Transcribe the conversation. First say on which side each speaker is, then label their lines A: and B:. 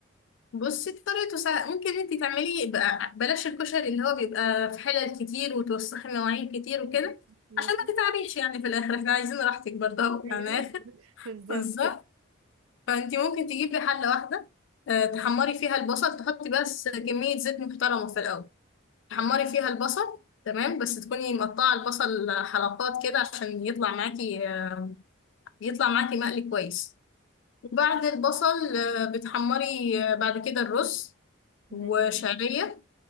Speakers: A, on the left (about 65°); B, on the right (about 85°).
A: بصي طريقته سهلة ممكن انت تعملي بقى بلاش الكشري اللي هو بيبقى في حلل كتير وتوسخي مواعين كتير وكده
B: <laughs> مم. ماشي
A: عشان ما تتعبيش يعني في الاخر احنا عايزين راحتك برضه اهو
B: ايوه
A: يعني اخر
B: <laughs> بالظبط
A: بالظبط فانت ممكن تجيبي حلة واحدة آه، تحمري فيها البصل تحطي بس كمية زيت محترمة في الاول تحمري فيها البصل تمام بس تكوني مقطعة البصل حلقات كده عشان يطلع معاكي آه، يطلع معاكي مقلي كويس وبعد البصل آه، بتحمري آه، بعد كده الرز
B: ماشي
A: وشعرية